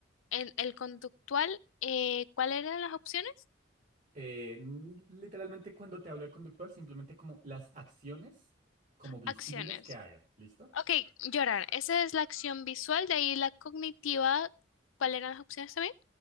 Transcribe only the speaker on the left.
en- el conductual, eh, ¿cuáles eran las opciones?
Acciones.
Ok, llorar. Esa es la acción visual, de ahí la cognitiva. ¿Cuáles eran las opciones también?